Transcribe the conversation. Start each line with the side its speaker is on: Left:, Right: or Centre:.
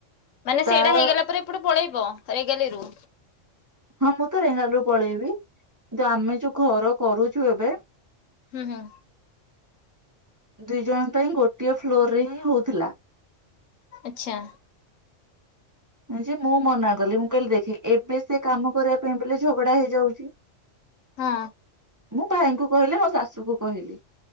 Left: ମାନେ
Right: ତାର
Left: ସେଇଟା ହେଇଗଲା ପରେ ଏପଟେ ପଳେଇବ ରେଗାଲି ରୁ।
Right: ହଁ ମୁଁ ତ ରେଙ୍ଗାଲରୁୁ ପଳେଇବି କିନ୍ତୁ ଆମେ ଯୋଉ ଘର କରୁଛୁ ଏବେ
Left: ହୁଁ ହୁଁ।
Right: ଦୁଇ ଜଣଙ୍କ ପାଇଁ ଗୋଟିଏ ଫ୍ଲୋର ରେ ହିଁ ହଉଥିଲା।
Left: ଆଛା।
Right: ଯେ ମୁଁ ମନା କଲି ମୁଁ କହିଲି ଦେଖି ଏବେ ସେ କାମ କରିବାକୁ ପେ ବୋଲେ ଝଗଡା ହେଇଯାଉଛି।
Left: ହଁ
Right: ମୁଁ ଭାଇଙ୍କୁ କହିଲି ମୋ ଶାଶୁ କ କହିଲି